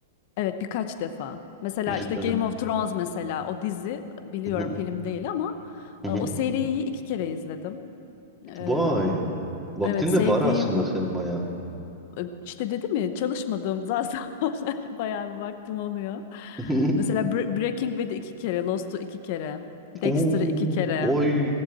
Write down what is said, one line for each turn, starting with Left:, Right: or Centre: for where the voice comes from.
Left: Evet birkaç defa. Mesela
Centre: Yüzüklerin
Left: işte Game
Centre: Efendisi.
Left: of Thrones mesela o dizi biliyorum
Centre: Hı-hı.
Left: film değil ama
Centre: Hı-hı.
Left: e, o seriyi iki kere izledim. E,
Centre: Vay. Vaktin
Left: evet sevdiğim
Centre: de var aslında senin bayağı.
Left: e, işte dedim ya çalışmadığım <laughs> zamanlar bayağı bir vaktim oluyor.
Centre: <laughs>
Left: Mesela Bre- Breaking Bad'i iki kere, Lost'u iki kere, Dexter'ı
Centre: Oo,
Left: iki kere.
Centre: oy,